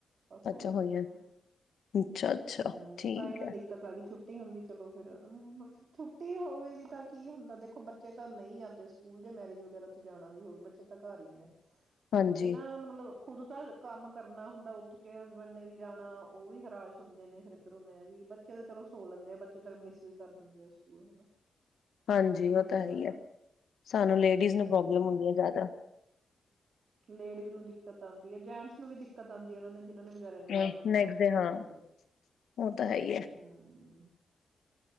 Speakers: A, on the right; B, on the left.
A: ਬਸ
B: ਅੱਛਾ
A: ਹੋ ਜਾਣਗੀਆ।
B: ਹੋਈਆਂ ਅੱਛਾ ਅੱਛਾ।
A: ਹੂੰ
B: ਠੀਕ
A: ਤਾਂ ਹੀ ਤਾਂ
B: ਹੈ।
A: ਦਿੱਕਤ ਆ ਛੁੱਟੀਆ ਛੁੱਟੀ ਹੁੰਦੀ ਚਲੋ ਫਿਰ ਛੁੱਟੀ ਹੋਵੇ ਵੀ ਤਾਂ ਕੀ ਹੁੰਦਾ ਦੇਖੋ ਬੱਚੇ ਤਾਂ ਨਹੀਂ ਜਾਂਦੇ ਸਕੂਲ ਜੇ ਮੈਰਿਜ ਵਗੈਰਾ ਤੇ ਜਾਣਾ ਵੀ ਹੋਵੇ ਬੱਚੇ ਤਾਂ ਘਰ ਹੀ ਹੈ।
B: ਹਾਂਜੀ
A: ਤੇ ਨਾ ਮਤਲਬ ਖੁਦ ਤਾਂ ਕੰਮ ਕਰਨਾ ਹੁੰਦਾ ਉੱਠ ਕੇ ਹਸਬੈਂਡ ਨੇ ਵੀ ਜਾਣਾ ਉਹ ਵੀ ਹਰਾਸ਼ ਹੁੰਦੇ ਨੇ ਫਿਰ ਇਧਰੋਂ ਮੈਂ ਵੀ ਬੱਚੇ ਤਾਂ ਚਲੋ ਸੋ ਲੈਂਦੇ ਆ ਬੱਚੇ ਤ ਮਿਸ ਵੀ ਕਰ ਦਿੰਦੇ ਆ ਸਕੂਲ ਹਨਾ
B: ਹਾਂਜੀ
A: ਇਹ ਹੋ
B: ਉਹ
A: ਜਾਂਦਾ
B: ਤਾਂ ਹੈ ਹੀ
A: ਨਾ
B: ਹੈ ਸਾਨੂੰ ਲੇਡੀਜ਼ ਨੂੰ
A: ਹੂੰ।
B: ਪ੍ਰੋਬਲਮ ਹੁੰਦੀ ਹੈ ਜ਼ਿਆਦਾ।
A: ਲੇਡੀਜ਼ ਨੂੰ ਦਿੱਕਤ ਆਦੀ ਹੈ ਜੈਂਟਸ ਨੂੰ ਵੀ ਦਿੱਕਤ ਆਦੀ ਹੈ ਉਹਨਾ ਨੇ ਇਹਨਾਂ ਨੇ ਵਿਚਚਾਰਿਆਂ ਨੇ
B: ਹਮ।
A: ਬਾਹਰ ਜਾ ਕੇ
B: ਨੈਕਸਟ
A: ਕੰਮ
B: ਡੇ
A: ਕਰਨਾ
B: ਹਾਂ
A: ਹੁੰਦਾ।
B: ਉਹ ਤਾਂ ਹੈ ਹੀ ਹੈ।
A: ਹੂੰ